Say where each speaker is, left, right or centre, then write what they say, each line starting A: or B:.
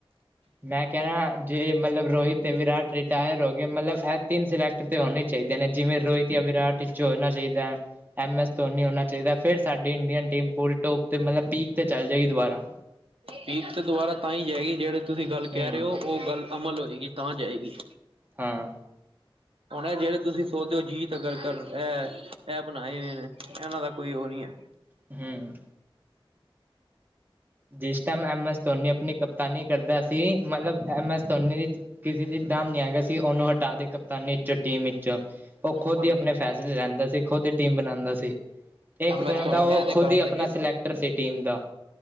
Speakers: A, on the right (about 20°); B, on the right (about 80°).
A: ਮੈਂ ਕਹਿਣਾ ਜੇ ਮਤਲਬ ਰੋਹਿਤ ਤੇ ਵਿਰਾਟ ਰਿਟਾਇਰ ਹੋ ਗਿਆਏ ਮਤਲਬ ਇਹ ਤਿੰਨ ਸਿਲੈਕਟ ਤੇ ਹੋਣੇ ਚਾਹੀਦੇ ਆਂ ਨੇ ਜਿਵੇਂ ਰੋਹਿਤ ਜਾਂ ਵਿਰਾਟ ਵਿੱਚੋਂ ਹੋਣਾ ਚਾਹੀਦਾ ਐਮ ਐਸ ਧੋਨੀ ਹੋਣਾ ਚਾਹੀਦਾ ਫਿਰ ਸਾਡੀ ਇੰਡੀਅਨ ਟੀਮ ਪੂਰੀ ਟੋਪ ਤੇ ਮਤਲਬ ਪੀਕ ਤੇ ਚੱਲ ਜਾਏਗੀ ਦੁਬਾਰਾ
B: ਪੀਰ ਤੇ ਦੁਬਾਰਾ ਤਾਂ ਹੀ ਜਾਏਗੀ ਜਿਹੜੀ ਤੁਸੀਂ ਗੱਲ ਕਹਿ
A: ਹਮ
B: ਰਹੇ ਹੋ ਉਹ ਗੱਲ ਅਮਲ ਹੋਏਗੀ ਤਾਂ ਜਾਏਗੀ
A: ਹਾਂ
B: ਹੁਣ ਜਿਹੜੇ ਤੁਸੀਂ ਸੋਚਦੇ ਹੋ ਜੀਤ ਅਗਰ ਕਰ ਇਹ ਇਹ ਬਣਾਏ ਹੋਏ ਨੇ ਇਹਨਾਂ ਦਾ ਕੋਈ ਉਹ ਨਹੀਂ ਹੈ
A: ਹਹੂੰ ਜਿਸ ਟਾਈਮ ਐਮ ਐਸ ਧੋਨੀ ਆਪਣੀ ਕਪਤਾਨੀ ਕਰਦਾ ਸੀ ਮੱਤਲਬ ਐੱਮ ਐੱਸ ਧੋਨੀ ਦੀ ਕਿਸੇ ਦੀ ਦਮ ਨਹੀਂ ਹੈਗਾ ਸੀ ਉਹਨੂੰ ਹਟਾ ਦੇ ਕਪਤਾਨੀ ਵਿੱਚੋਂ ਟੀਮ ਵਿੱਚ ਉਹ ਖੁਦ
B: ਹਾਂਜੀ
A: ਹੀ ਆਪਣੇ ਫੈਸਲੇ ਲੇਂਦਾ ਸੀ ਖੁਦ ਦੀ ਟੀਮ ਬਣਾਉਂਦਾ ਸੀ ਇੱਕ
B: ਮੈਂ
A: ਦਿਨ
B: ਤੁਹਾਨੂੰ
A: ਦਾ
B: ਇਹ
A: ਉਹ
B: ਤੇ
A: ਖੁਦ
B: ਗੱਲ
A: ਹੀ ਆਪਣਾ
B: ਸਹੀ ਹੈ ਤੁਹਾਡੀ
A: ਸਿਲੈਕਟਰ ਸੀ ਟੀਮ ਦਾ